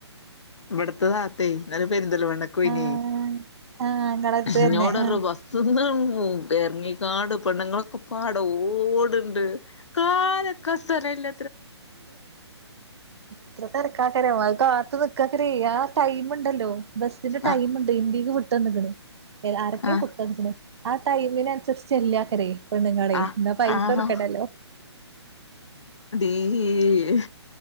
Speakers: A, on the left; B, on the right.
A: ഇവടത്ത താത്തയ് ഇന്നലം പെരുന്തൽമണ്ണക്ക് ഒയ്നി
B: ആഹ് ആഹ് ഇങ്ങളെടുത്ത്
A: ഇന്നോടൊരു
B: തന്നെ ആഹ്
A: ബസ്ന്ന് ഉം ഇറങ്ങി കാട് പെണ്ണ്ങ്ങളൊക്കെ പാടെ ഓട്ണ്ട് കാലക്കാ സ്ഥലല്ല
B: അത്ര തിരക്കാക്കരം അത്കാത്ത് നിക്കാക്ക <unintelligible> അ ടൈമുണ്ടല്ലോ ബസ്സിന്റെ ടൈമ്ണ്ട്
A: ആഹ്
B: ഇന്റീക്ക് വിട്ടന്ന്ക്ക്‌ണ് യെ ആരൊക്കെ
A: ആഹ്
B: <unintelligible> ആ ടൈമിന് അനുസരിച്ച്ല്ലാക്കരേ പെണ്ണ്ങ്ങളെയ്
A: ആഹ്
B: ഇന്നാ പൈസ
A: ആഹാ
B: കൊടുക്കണ്ടല്ലോ
A: ഈ